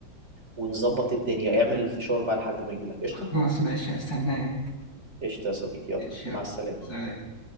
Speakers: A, on the right; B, on the left.
A: ونظبط الدنيا اعمل الفشار بقى لحد ما أجيلك
B: <laughs>
A: قشطة
B: خلاص ماشي هستناك
A: قشطة يا صديقي يلا
B: اتشاف
A: مع السلامة
B: سلام